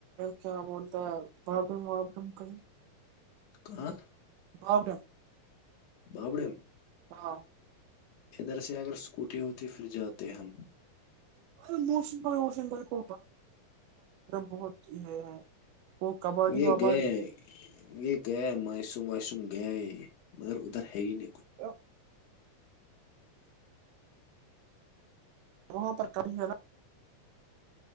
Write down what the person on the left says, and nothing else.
کہاں
بابڑ
ادھر سے اگر اسکوٹی ہوتی پھر جاتے ہم
یہ
گیا یہ گیا مسروم وائسروم گیا مگر ادھر ہی ن